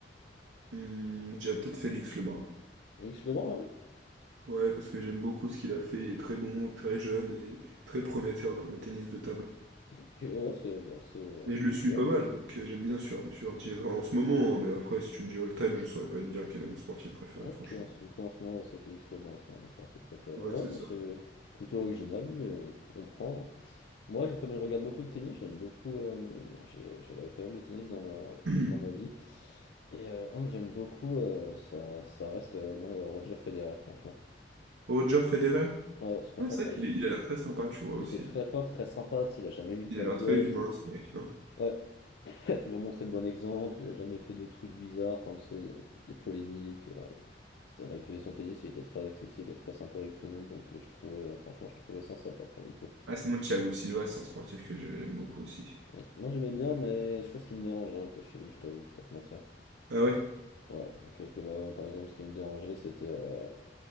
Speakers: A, on the right (about 85°); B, on the left (about 65°).
A: hmm, je dirais peut-être Félix Lebrun.
B: Félix Lebrun, ah ouais.
A: Ouais, parce que j'aime beaucoup ce qu'il a fait, il est très bon, très jeune et très prometteur dans le tennis de table.
B: Ok, ouais, c'est bah, c'est
A: Et
B: spécial.
A: je le suis pas mal, donc euh, j'aime bien sûr, me suivre un petit peu en ce moment, hein, mais après, si tu me dis all-time, je saurais pas te dire quel est mon sportif préféré,
B: Ok,
A: franchement.
B: en ce, quoi, en ce moment, ouais, c'est Félix Lebrun, c'est mon sportif préféré.
A: Ouais,
B: Ouais,
A: c'est
B: moi,
A: ça.
B: c'est plutôt original, mais on, on prend. Moi, j'ai, comme je regarde beaucoup le tennis, j'aime beaucoup. euh, j'ai, je regardais pas mal le tennis dans ma,
A: <clears throat>
B: dans ma vie. Et euh, un que j'aime beaucoup, euh, ça, ça reste, euh, moi, euh, Roger Federer, franchement.
A: Roger Federer?
B: Ouais, parce qu'en
A: Ah,
B: fait,
A: c'est
B: bah,
A: vrai qu'il
B: il,
A: est- il a l'air très sympa, tu vois, aussi.
B: il était très fort, très sympa, tu sais, il a jamais eu de
A: Il
B: bad
A: a l'air
B: buzz.
A: très humain,
B: il-
A: ce mec, non?
B: Ouais, Il a toujours montré le bon exemple, il a jamais fait de trucs bizarres, enfin, tu sais, des, des polémiques. euh, il- il faisait son tennis, il était très accessible et très sympa avec tout le monde, donc euh, je trouvais, euh, franchement, je trouvais ça sympa pour le coup.
A: Ah, sinon, Thiago Silva, c'est un sportif que j'aime beaucoup aussi.
B: Donc, moi j'aimais bien, mais chose qui me dérangeait un peu chez lui, je t'avoue, je vais pas te mentir.
A: Ah ouais?
B: Ouais, j'ai quelques. Bah, ouais, par exemple, ce qui me dérangeait, c'était. euh,